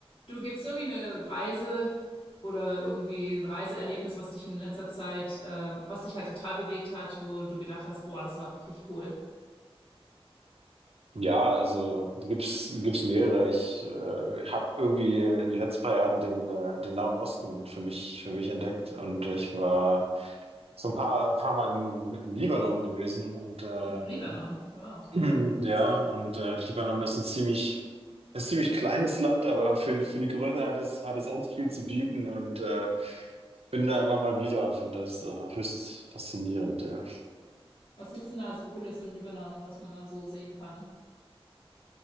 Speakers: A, on the left (about 60°); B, on the right (about 75°).
A: Du gibst irgendwie eine Reise oder irgendwie ein Reiseerlebnis, was dich in letzter Zeit, ähm, was dich halt total bewegt hat, wo du gedacht hast, boah, das war richtig cool.
B: Ja, also gibt's gibt's mehrere. Ich äh, habe irgendwie in den letzten paar Jahren den äh, den Nahen Osten für mich für mich entdeckt und ich war so ein paar paar Mal im, im im Libanon gewesen und äh,
A: Im Libanon. Wow.
B: <clears throat> ja und äh, Libanon ist ein ziemlich ein ziemlich kleines Land, aber für für die Größe hat es hat es echt viel zu bieten und äh, bin da immer mal wieder und finde das äh, höchst faszinierend. ja.
A: Was gibt's denn da so Cooles im Libanon, was man da so sehen kann?